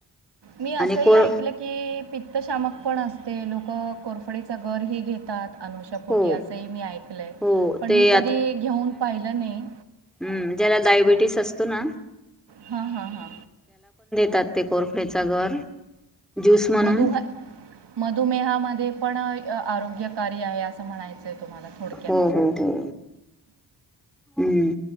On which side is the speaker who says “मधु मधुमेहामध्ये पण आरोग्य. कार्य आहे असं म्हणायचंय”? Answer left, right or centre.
Right